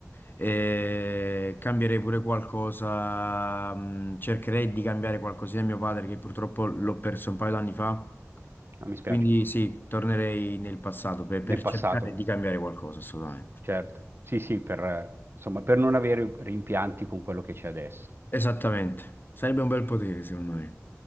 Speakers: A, on the left (about 40°); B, on the right (about 50°).
A: Eh, cambierei pure qualcosa, mh, cercherei di cambiare qualcosina a mio padre che purtroppo l'ho perso un paio d'anni fa.
B: No, mi spiace.
A: Quindi sì, tornerei nel passato per, per
B: Nel Ecco.
A: cercare
B: passato,
A: di cambiare qualcosa, assolutamente.
B: certo. Sì, sì, per, eh, insomma, per non avere rimpianti con quello che c'è adesso.
A: Esattamente, sarebbe un bel potere secondo me.